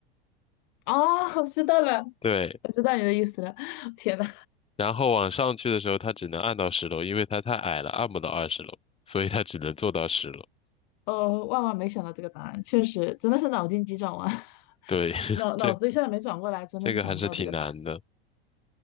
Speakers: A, on the left; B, on the left.
A: 啊，我知道了，
B: 对，
A: 我知道你的意思了。<laughs> 天呐，
B: 然后往上去的时候，他只能按到十楼，因为他太矮了，按不到二十楼，所以他只能做到十楼。
A: 哦，万万没想到这个答案，确实真的是脑筋急转弯，<laughs>
B: 对，
A: 脑脑子一下子没转过来，
B: <laughs> 这
A: 真的是想不到这个答案。
B: 这个还是挺难的。